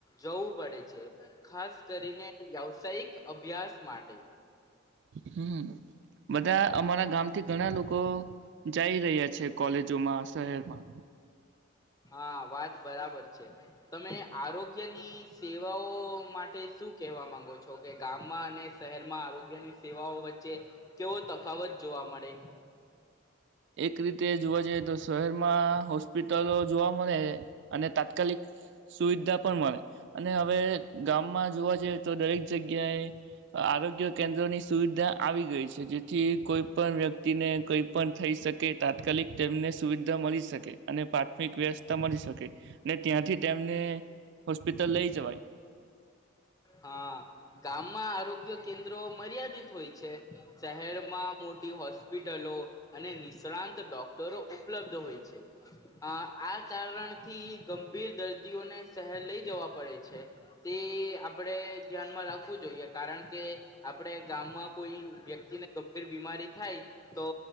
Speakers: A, on the left; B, on the right.
A: જવું પડે છે. ખાસ કરીને વવસાયિક અભ્યાસ માટે.
B: હમ્મ. બધા અમારા ગામથી ઘણા લોકો લોકો જઈ રહ્યા છે કોલેજોમાં શહેરમાં.
A: હા વાત બરાબર છે. તમે આરોગ્યની સેવાઓ માટે શું કહેવા માંગો છો કે ગામમાં અને શહેરમાં આરોગ્યની સેવાઓ વચ્ચે કેવો તફાવત જોવા મળે.
B: એક રીતે જોવા જઈએ તો શહેરમાં હોસ્પિટલો જોવા મળે અને તાત્કાલિક સુવિધા પણ મળે અને હવે ગામમાં જોવા જઈએ તો દરેક જગ્યાએ આરોગ્ય કેન્દ્રોની સુવિધા આવી ગઈ છે જેથી કોઈ પણ વ્યક્તિને કોઈ પણ થઈ શકે તાત્કાલિક તેમને સુવિધા મળી શકે અને પ્રાથમિક વ્યવસ્થા મળી શકે ત્યાંથી તેમને હોસ્પિટલ લઈ જવાય.
A: હા ગામમાં આરોગ્ય કેન્દ્રો મર્યાદિત હોય છે શહેરમાં મોટી હોસ્પિટલો અને નિષ્ણાંત ડોક ડરો ઉપલબ્ધ હોય છે આ કારણથી ગંભીર દર્દીઓને શહેર લઈ જવા પડે છે તે આપણે ધ્યાનમાં રાખવું જોઈએ કારણ કે આપણે ગામમાં કોઈ વ્યક્તિને ગંભીર બીમારી થાય તો